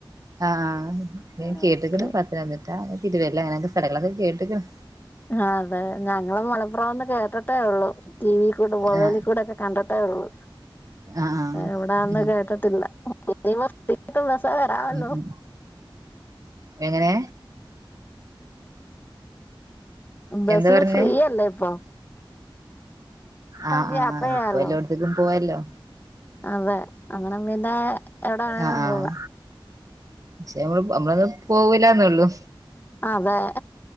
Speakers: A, on the right (about 40°); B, on the left (about 20°).
A: ആഹ് ഞാൻ
B: ആഹ്
A: കേട്ടേക്കണ് പത്തനംതിട്ട തിരുവല്ല അങ്ങനെക്കെ സ്ഥലകളൊക്കെ കെട്ടേക്കണ്
B: ആഹ് അതെ ഞങ്ങളും മലപ്പുറം എന്ന് കേട്ടട്ടേ ഉള്ളു ടിവിൽ കൂടെ മൊബൈലിൽ
A: ആഹ്
B: കൂടെക്കെ കണ്ടിട്ടേ ഉള്ളൂ
A: ആഹ്
B: എവിടാന്ന്
A: ഉം
B: കേട്ടിട്ടില്ല <unintelligible> ബസെ വരാലോ
A: ഉം ഉം എങ്ങനെ
B: ബസ്സില്
A: എന്താ പറഞ്ഞേ
B: ഫ്രീയല്ലേ ഇപ്പൊ
A: ആഹ്
B: നമുക്ക്
A: ആഹ്
B: യാത്ര ചെയ്യാലോ
A: ഇപ്പോ എല്ലോടാത്തേക്കും പോവല്ലോ
B: അതെ അങ്ങനം പിന്നെ എവിടെവേണേലും
A: ആഹ് ആഹ്
B: പോകാം
A: പക്ഷെ നമ്മള് നമ്മളൊന്നും പോവൂലാന്നുള്ളു
B: അതെ